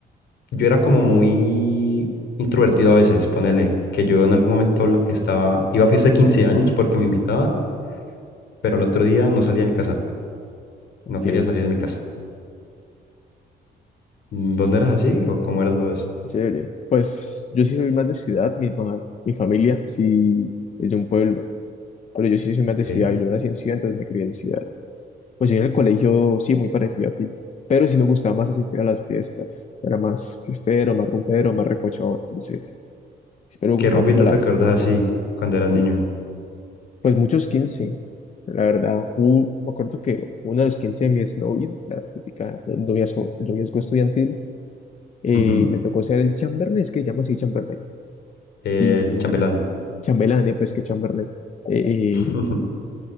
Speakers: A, on the left (about 75°); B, on the left (about 40°).
A: yo era como muy introvertido a veces, ponele, que yo en algún momento la- estaba, iba a fiesta de 15 años porque me invitaban, pero al otro día no salía de mi casa,
B: Ok,
A: no quería salir de mi casa. Mm, ¿Vos
B: ché-
A: no eras así o cómo eras vos?
B: chévere. Pues yo sí soy más de ciudad, mi, ma- mi familia sí es de un pueblo, pero yo sí soy más
A: Ok.
B: de ciudad. Yo nací en ciudad, entonces me crié en ciudad. Pues yo en el colegio sí, muy parecido a ti, pero sí me gustaba más asistir a las fiestas. Era más fiestero, más rumbero, más recochón, entonces siempre me gustaba
A: ¿Qué rumbita
B: como la...
A: te acuerdas así cuando eras
B: uf,
A: niño?
B: Pues muchos 15 la verdad. Hubo- me acuerdo que uno de los 15 de mi exnovia, la típica no- noviazgo, noviazgo estudiantil, eh,
A: Ujú.
B: me tocó ser el chamberlain, es que llaman así chamberlain,
A: El
B: y
A: chambelán.
B: chambelán, eh, pues que chamberlain. Eh,
A: <laughs>
B: eh,